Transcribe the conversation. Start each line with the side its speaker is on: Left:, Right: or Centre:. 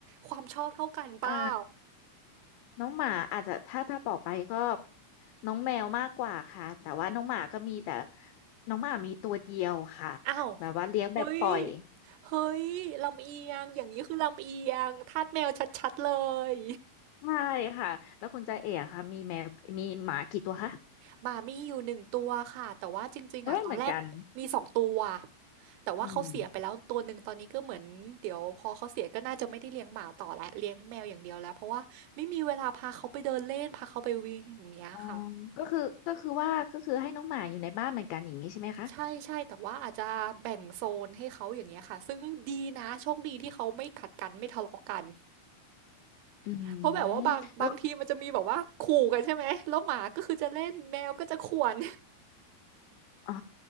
Right: ความชอบเท่ากันเปล่า
Left: อ่าน้องหมาอาจจะถ้าถ้าบอกไปก็น้องแมวมากกว่าค่ะแต่ว่าน้องหมาก็มีแต่น้องหมามีตัวเดียวค่ะ
Right: อ้าว
Left: แบบว่าเลี้ยงแบบปล่อย
Right: เฮ้ย เฮ้ยลำเอียงอย่างนี้คือลำเอียงทาสแมวชัดๆเลย
Left: ใช่ค่ะแล้วคุณจ่าเอ๋อะค่ะมีแมวมีหมากี่ตัวคะ
Right: หมามีอยู่หนึ่งตัวค่ะ แต่ว่าจริงๆอะตอนแรกมีสองตัว
Left: ไม่ยเหมือนกัน
Right: แต่ว่าเขาเสียไปแล้วตัวหนึ่งตอนนี้ก็เหมือนเดี๋ยวพอเขาเสียก็น่าจะไม่ได้เลี้ยงหมาต่อแล้วเลี้ยงแมวอย่างเดียวแล้วเพราะว่าไม่มีเวลาพาเขาไปเดินเล่นพาเขาไปวิ่งอย่างเงี้ยค่ะ
Left: อืมอ๋อก็คือก็คือว่าก็คือให้น้องหมาอยู่ในบ้านเหมือนกันอย่างนี้ใช่ไหมคะ
Right: ใช่ๆแต่ว่าอาจจะแบ่งโซนให้เขาอย่างเงี้ยค่ะซึ่งดีนะโชคดีที่เขาไม่ขัดกันไม่ทะเลาะกัน
Left: อืม
Right: เพราะแบบว่าบางบางทีมันจะมีแบบว่าขู่กันใช่ไหม
Left: แล้ว
Right: แล้วหมาก็คือจะเล่นแมวก็จะข่วน
Left: อ๋อ